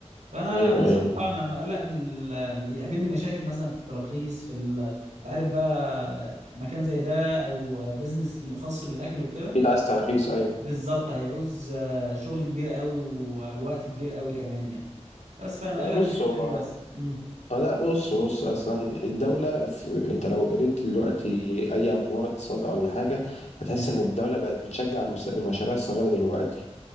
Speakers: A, on the right; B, on the left.
A: فأنا
B: ايوه
A: بصراحة
B: ايوه
A: أنا مقلق من ال- يقابلني مشاكل مثلا في التراخيص في ال... أنت عارف بقى مكان زي ده أو بيزنس خاص بالأكل وكده
B: اكيد عايز تراخيص ايوه
A: بالظبط هيعوز آه، شغل كبير قوي و- ووقت كبير قوي كمان يعني بس فانا مقلق
B: لا بص
A: من الحته
B: هو
A: دي بس امم
B: اه لا بص بص اصلا الدولة في... انت لو قريت دلوقتي اي اخبار اقتصاد ولا حاجة هتحس
A: تمام
B: ان الدولة بقت بتشجع المس- المشاريع الصغيرة دلوقتي